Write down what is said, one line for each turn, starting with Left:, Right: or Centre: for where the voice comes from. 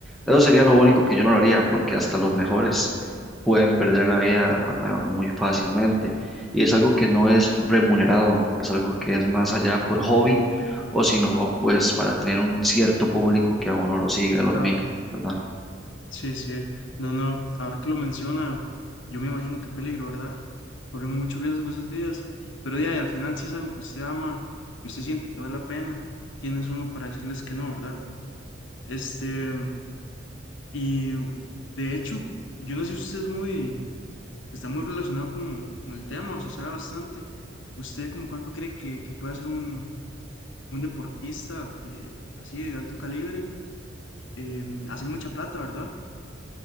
Centre: Eso sería lo único que yo no lo haría, porque hasta los mejores pueden perder la vida, ¿verdad? muy fácilmente. Y es algo que no es remunerado, es algo que es más allá por hobby o si no, pues para tener un cierto público que a uno lo siga, lo
Left: Claro.
Centre: admire, ¿verdad?
Left: Sí, sí. No, no, ahora que lo menciona, yo me imagino qué peligro, ¿verdad? Corren mucho riesgo esas vidas, pero ya, y al final si es algo que usted ama y usted siente que vale la pena, ¿quién es uno para decirles que no, verdad? Este, y de hecho, yo no sé si usted es muy, está muy relacionado con, con el tema o si sabe bastante. ¿Usted como cuánto cree que, que puede ser un, un deportista de, así de alto calibre? Em, hace mucha plata, ¿verdad?